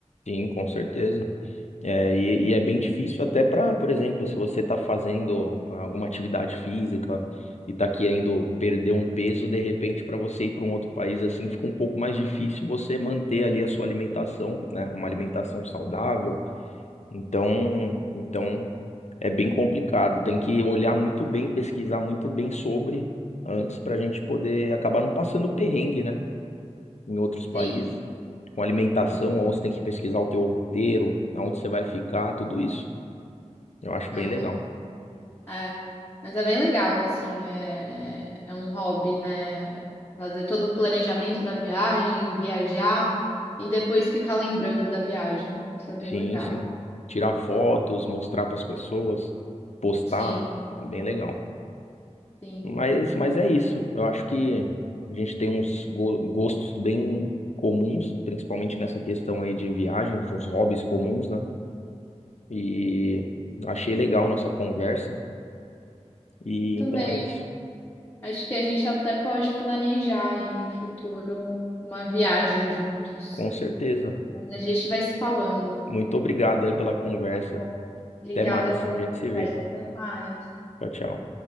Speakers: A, on the left (about 70°); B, on the left (about 20°).
A: Sim, com certeza. É, e, e é bem difícil até para, por exemplo, se você está fazendo alguma atividade física e está querendo perder um peso, de repente, para você ir para um outro país assim, fica um pouco mais difícil você manter ali a sua alimentação, né? Uma alimentação saudável. Então, então é bem complicado. Tem que olhar muito bem, pesquisar muito bem sobre antes para a gente poder acabar não passando perrengue, né? Em outros países,
B: Sim,
A: com alimentação,
B: não,
A: ou você tem que pesquisar o teu roteiro, aonde você vai ficar, tudo isso. Eu acho
B: não,
A: bem legal.
B: É, mas é bem legal, assim, é, é um hobby, né? Fazer todo o planejamento da viagem, viajar e depois ficar lembrando da viagem. Isso é bem
A: Sim,
B: legal.
A: sim. Tirar fotos, mostrar para as pessoas, postar,
B: Sim,
A: é bem legal.
B: sim.
A: Mas, mas é isso. Eu acho que a gente tem uns go- gostos bem comuns, principalmente nessa questão aí de viagens, uns hobbies comuns, né? E achei legal a nossa conversa. E
B: Eu também.
A: então é isso.
B: Acho que a gente até pode planejar aí no futuro uma viagem juntos.
A: Com certeza.
B: Mas a gente vai se falando.
A: Muito obrigado aí pela conversa.
B: Tá bom. Obrigada
A: Até mais.
B: pela
A: A gente se vê.
B: conversa. Até mais.
A: Tchau, tchau.